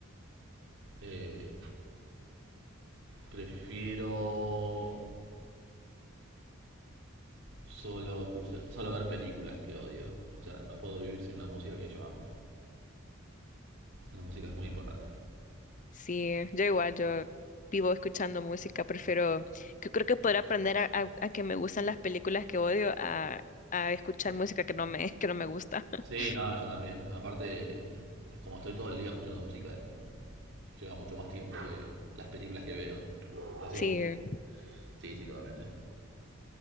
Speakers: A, on the right; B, on the left.
A: Eh, prefiero solo escuchar, solo ver películas que odio. O sea, no puedo vivir sin la música que yo amo. La música es muy importante.
B: Sí, yo igual, yo vivo escuchando música, prefiero, yo creo que poder aprender a, a- a que me gustan las películas que odio a, a escuchar música que no me, <laughs> que no me gusta. <laughs>
A: Sí, no, yo también. Aparte, es como estoy todo el día escuchando música, es como lleva mucho más tiempo que las películas que veo. Así
B: Sí,
A: que sí, sí, totalmente.